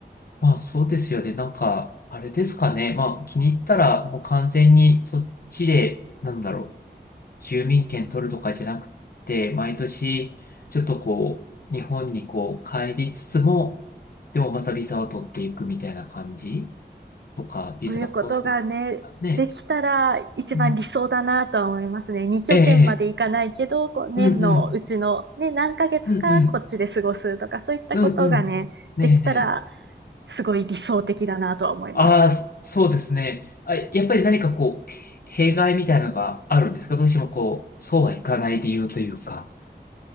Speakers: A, on the left; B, on the right.
A: まあそうですよね。なんか、あれですかね。まあ気に入ったらもう完全にそっちで、なんだろう、住民権取るとかじゃなくて、毎年、ちょっとこう、日本にこう帰りつつも、でもまたビザを取っていくみたいな感じとか、ビザ更新とかね。
B: そういうことがね、できたら一番理想だなとは思いますね。
A: うん
B: 2拠点まで行かないけど、
A: ええ、ええ
B: こう年のうちの、
A: うんうん、
B: ね、何ヶ月かこっちで過ごすとか、
A: うんうん、
B: そういったことがね、
A: うんうん。ねえねえ。
B: できたらすごい理想的だなとは思います。
A: ああ、そそうですね。あ、やっぱり何かこう、へ弊害みたいなのがあるんですかどうしてもこう、そうはいかない理由というか、